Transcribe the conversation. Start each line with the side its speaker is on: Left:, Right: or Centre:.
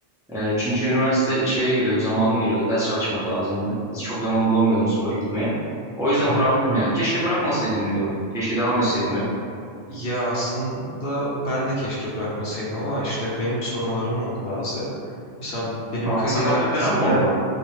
Centre: Ee, çünkü üniversite şeye giriyordu, zamanı giriyordu. Ders çalışmak lazımdı. Nasıl çok zaman bulamıyordum spora gitmeye. O yüzden
Left: Aha.
Centre: bıraktım ya. Keşke bırakmasaydım diyorum. Keşke devam etseydim hep.
Left: Ya aslında ben de keşke bırakmasaydım ama işte benim sorunlarım oldu bazı. Mesela benim
Centre: Aa,
Left: kariyer
Centre: sakatlık falan
Left: bitirme
Centre: mı oldu?